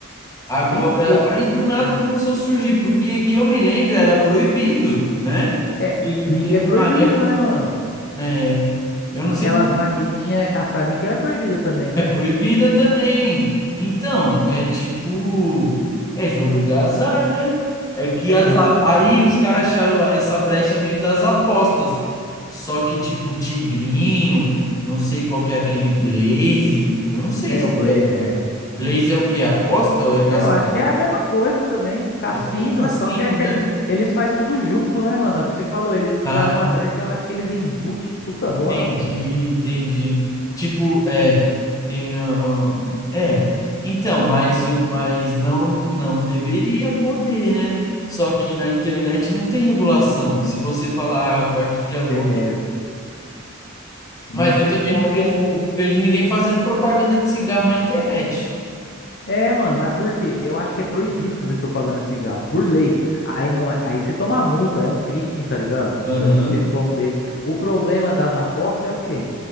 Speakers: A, on the left (about 15°); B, on the left (about 55°).
A: Agora,
B: bem pouco.
A: aí do nada
B: Hum.
A: começou a surgir, porque que eu me lembro era proibido, né?
B: É,
A: E
B: bingo
A: Teve
B: é proibido,
A: uma época,
B: né, mano?
A: é, eu não
B: Aquelas
A: sei se
B: maquininhas caça-níquel é proibida também, não
A: É
B: é?
A: proibida também. Então, é tipo, é jogo de azar, né? É que
B: É
A: azar.
B: jogo,
A: Aí
B: então.
A: os caras acharam essa brecha meio das apostas. Só que tipo Tigrinho, não sei qual que é aquele Blaze. Eu não sei
B: É
A: se
B: o Ble,
A: é.
B: é.
A: Blaze é o quê? Aposta ou é cassino?
B: É, Eu acho que é a mesma coisa também, cassino,
A: É O cassino,
B: só que é aquele,
A: né?
B: eles faz tudo junto, né, mano? É O que você falou, eles usaram
A: Ah,
B: uma brecha, eu acho que eles embute tudo
A: Entendi,
B: agora, mano.
A: entendi. Tipo, é, tem a- a- é, então, mas o mas não não deveria poder, né? Só que na internet não tem regulação. Se você falar ah, a partir de agora,
B: Tem- é, não
A: mas
B: tem
A: eu
B: como.
A: também não vejo, não vejo ninguém fazendo propaganda de cigarro na internet.
B: É, mano, mas por quê? Eu acho que é proibido fazer propaganda de cigarro, por lei. Aí não, é- aí você toma multa, é um crime, tá ligado?
A: Aham.
B: Você vai ter que responder. O problema das apostas é o quê?